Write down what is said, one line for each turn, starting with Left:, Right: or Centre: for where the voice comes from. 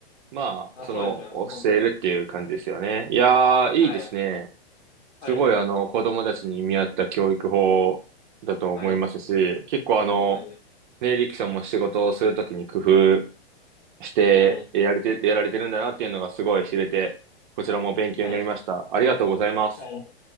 Right: まあ、
Left: あ、
Right: その、
Left: そうですね、もう本当に。
Right: 教えるっていう感じですよね。いやー、いいですね。
Left: はい。はい。
Right: すごい、あの、子供たちに見合った教育法だと思いますし、
Left: はい。
Right: 結構あの、
Left: はい。
Right: ね、リキさんも仕事をするときに工夫してやれて、
Left: はい。
Right: やられてるんだなっていうのがすごい知れて、こちらも勉強になりました。
Left: はい。
Right: ありがとうございます。
Left: はい。